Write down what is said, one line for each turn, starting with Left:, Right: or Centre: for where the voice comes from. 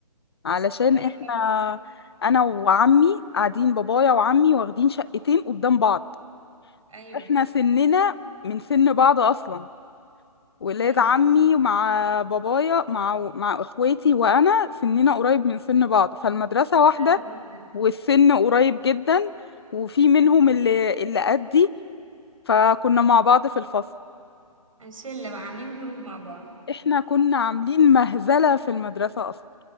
Left: علشان
Right: حلو
Left: احنا
Right: قوي
Left: انا وعمي قاعدين بابايا وعمي واخدين شقتين قدام بعض
Right: ايوه
Left: احنا سننا من سن بعض اصلا ولاد
Right: حلو
Left: عمي مع بابايا مع مع اخواتي وانا سننا قريب من سن بعض فالمدرسة واحدة
Right: حلو قوي
Left: والسن قريب جدا وفي منهم اللي اللي قدي فكنا مع بعض في الفصل
Right: شله بقى عاملين جروب مع بعض
Left: احنا كنا عاملين مهزلة في المدرسة اصلا